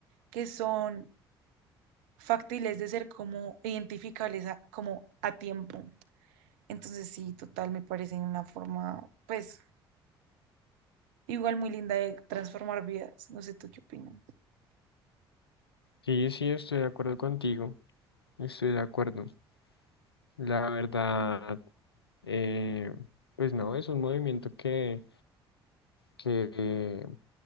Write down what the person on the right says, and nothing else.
que son factibles de ser como identificables a- como a tiempo. Entonces sí, total, me parece una forma, pues, igual muy linda de transformar vidas. No sé tú qué opinas.